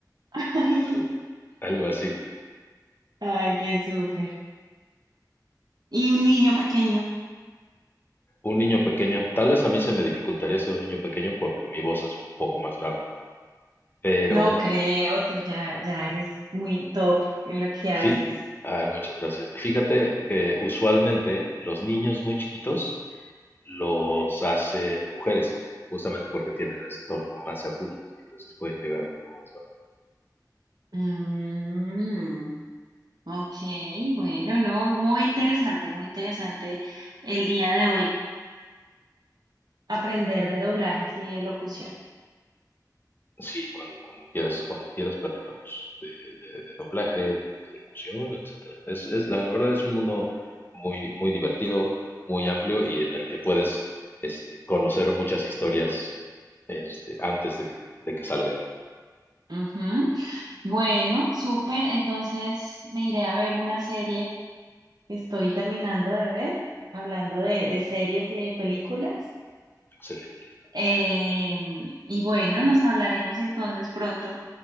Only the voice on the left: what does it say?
algo, algo así.
Un niño pequeño, tal vez a mí se me dificultaría ser un niño pequeño porque mi voz es un poco más grave, pero
Fi- Ay, muchas gracias. Fíjate que usualmente los niños muy chiquitos los hacen mujeres, justamente porque tienen ese tono más agudo, entonces pueden llegar un poco más bajo.
Sí, cuando, cuando quieras, cuando quieras platicamos de, de- de doblaje, de locución, etcétera. Es, es, la verdad es un mundo muy, muy divertido, muy amplio y en el que puedes este, conocer muchas historias este, antes de que, de que salgan.
Excelente.